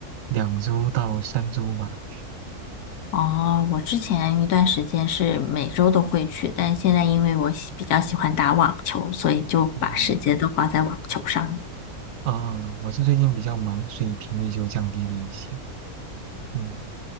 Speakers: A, on the right (about 70°); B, on the left (about 80°).
A: 两周到三周吧。
B: 哦，我之前一段时间是每周都会去，但现在因为我喜比较喜欢打网球，所以就把时间都花在网球上了。
A: 哦，啊，我是最近比较忙，所以频率就降低了一些。嗯。